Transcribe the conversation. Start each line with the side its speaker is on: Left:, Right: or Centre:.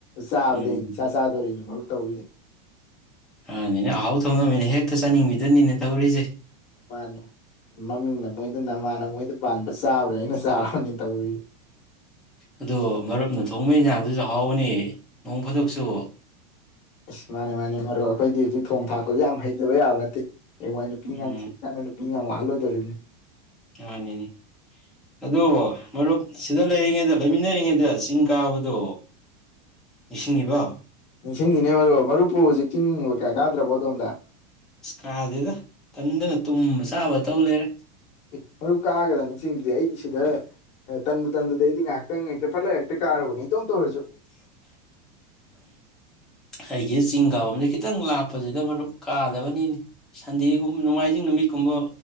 Left: ꯆꯥꯕꯗꯩ
Centre: ꯎꯝ
Left: ꯏꯆꯥ ꯆꯥꯗꯣꯔꯤꯅꯤ ꯇꯧꯕꯔꯤꯁꯦ
Centre: ꯑꯅꯦꯅꯦ ꯑꯍꯥꯎ ꯊꯣꯡꯅꯕꯃꯤꯅ ꯍꯦꯛꯇ ꯆꯥꯅꯤꯡꯕꯗꯨꯅꯤꯅꯦ ꯇꯧꯔꯤꯁꯦ
Left: ꯃꯥꯅꯦ ꯃꯃꯤꯡꯅ ꯃꯣꯏꯗ ꯅꯃꯥꯟꯅ ꯃꯣꯏꯗ ꯄꯥꯟꯕ ꯆꯥꯕꯗ ꯑꯩꯅ ꯆꯥꯔꯔꯕꯅꯤ ꯇꯧꯔꯤꯁ
Centre: ꯑꯗꯣ ꯃꯔꯨꯞꯅ ꯊꯣꯡꯕ ꯏꯟꯁꯥꯡꯗꯨꯁꯨ ꯍꯥꯎꯕꯅꯤ ꯅꯣꯡ ꯐꯗꯣꯛꯁꯨ
Left: ꯑ ꯃꯥꯅꯦ ꯃꯥꯅꯦ ꯃꯔꯨꯞ ꯑꯩꯈꯣꯏꯗꯤ ꯍꯧꯖꯤꯛ ꯊꯣꯡ ꯊꯥꯛꯄꯗ ꯌꯥꯝ ꯍꯩꯇꯕ ꯌꯥꯕ ꯅꯠꯇꯦ ꯑꯦ ꯋꯥꯅꯀꯅ
Centre: ꯎꯝ
Left: ꯃꯤ ꯌꯥꯝ ꯋꯥꯍꯜꯂꯣꯏꯗꯣꯧꯔꯤꯕꯅꯦ
Centre: ꯃꯥꯅꯤꯅꯦ ꯑꯣ ꯃꯔꯨꯞ ꯁꯤꯗ ꯂꯩꯔꯤꯉꯩꯗ ꯂꯩꯃꯤꯟꯅꯔꯤꯉꯩꯗ ꯆꯤꯡ ꯀꯥꯕꯗꯣ ꯅꯤꯡꯁꯤꯡꯉꯤꯕ
Left: ꯅꯤꯡꯁꯤꯡꯉꯅꯦ ꯃꯔꯨꯞ ꯃꯔꯨꯞꯄꯨ ꯍꯧꯖꯤꯛ ꯆꯤꯡ ꯀꯌꯥ ꯀꯥꯗ꯭ꯔꯕꯣ ꯑꯗꯣꯝꯗ
Centre: ꯀꯥꯗꯦꯗ ꯀꯟꯗꯅ ꯇꯨꯝꯕ ꯆꯥꯕ ꯇꯧ ꯂꯩꯔꯦ
Left: ꯑꯦ ꯃꯔꯨꯞ ꯀꯥꯒꯗꯅꯤ ꯆꯤꯡꯗꯤ ꯑꯩꯗꯤ ꯁꯤꯗ ꯇꯟꯕꯨ ꯇꯟꯗꯨꯗ ꯑꯩꯗꯤ ꯉꯥꯛ ꯇꯪ ꯐꯂ ꯍꯥꯏꯛꯇ ꯀꯥꯔꯕꯅꯤ ꯝꯧꯔꯁꯨ
Centre: ꯑꯩꯒꯤ ꯆꯤꯡ ꯀꯥꯐꯝꯁꯦ ꯈꯤꯇꯪ ꯂꯥꯞꯄꯁꯤꯗ ꯃꯔꯨꯞ ꯀꯥꯗꯕꯅꯤꯅꯤ ꯁꯟꯗꯦꯒꯨꯝ ꯅꯣꯡꯃꯥꯏꯖꯤꯡ ꯅꯨꯃꯤꯠꯀꯨꯝꯕ